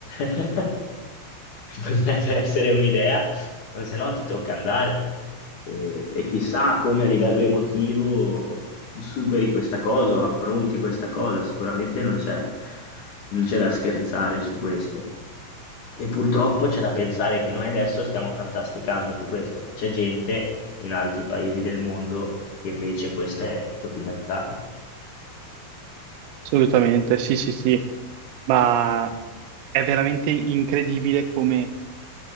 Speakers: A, on the left; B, on the right.
A: <laughs> potrebbe essere un'idea, o se no ti tocca andare. E, e chissà come a livello emotivo superi questa cosa o affronti questa cosa, sicuramente non c'è non c'è da scherzare su questo. E purtroppo c'è da pensare che noi adesso stiamo fantasticando su questo, ma c'è gente in altri paesi del mondo che invece questa è quotidianità, no?
B: Assolutamente, sì, sì, sì, ma è veramente incredibile come